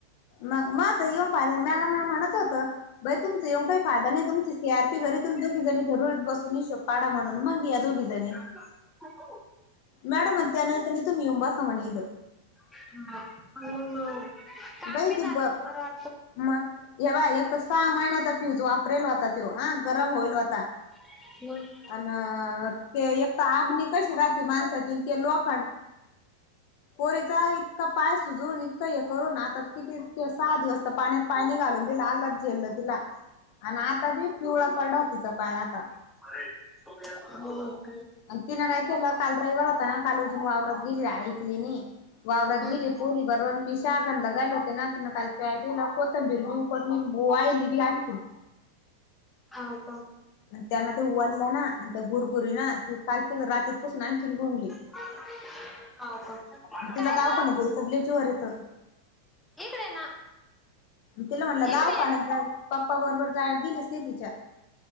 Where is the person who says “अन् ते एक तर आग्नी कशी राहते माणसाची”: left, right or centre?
Left